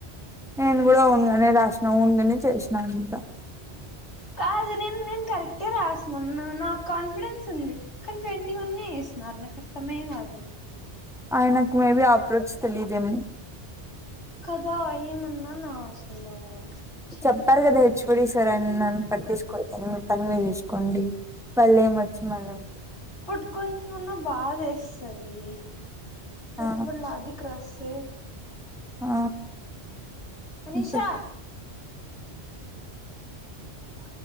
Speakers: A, in the centre; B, on the left.
A: నేను గూడా ఓన్గానే రాష్ రౌండ్గనే చేశినా అంతా.
B: కాదు నేను నేను కరెక్టే రాశినా నానాకు కాన్ఫిడెన్స్ ఉంది. కానీ ట్వంటీ వనే ఏసినారు నాకు అర్థమే కాదు.
A: ఆయనకు మేబి అప్రోచ్ తెలియదేమో.
B: కదా ఏమన్నాన అసలు. ఛీ
A: చెప్పారు కదే చూడి సరే అన్నాను పట్టించుకోలేదండీ, మీ పని మీరు చూసుకోండి వాళ్ళు ఏమి వచ్చి మనం
B: బట్ కొంచెంమన్నా బాధేస్తది కష్టపడి
A: ఆ
B: లాజిక్ రాస్తే
A: ఆ
B: అనిషా
A: అంతే
B: ఆ